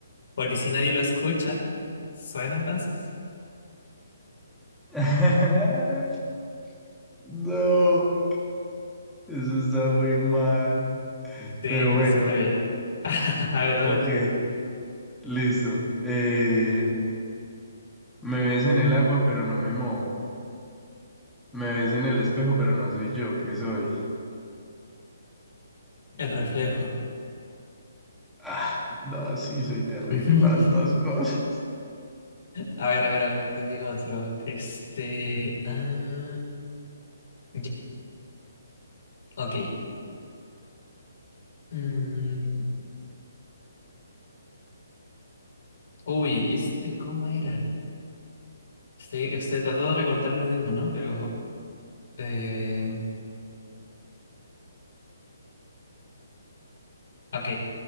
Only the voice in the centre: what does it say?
<laughs> No, eso está muy mal.
Pero
bueno,
Ok,
listo. Eh, me ves en el agua, pero no me mojo. Me ves en el espejo, pero no soy yo, ¿qué soy?
Ah, no, sí, soy terrible
para estas cosas. <laughs>